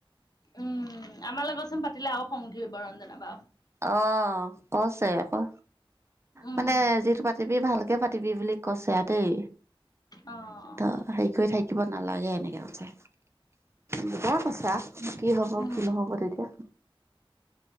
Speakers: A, on the left (about 45°); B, on the right (about 30°).
A: উম। আমাৰ লগতচোন পাতিলে আৰু খং উঠিব ৰঞ্জনা বাৰ।
B: অ কছে আকৌ
A: উম,
B: মানে যিটো পাতিবি ভাল তে পাতিবি বুলি কছেতেই
A: অ',
B: ত হেৰি কৰি থাকিব থাকিব নালাগে এনেকৈ হৈছে দুটাই কৈছে কি হব
A: উম,
B: কি নহব তেতিয়া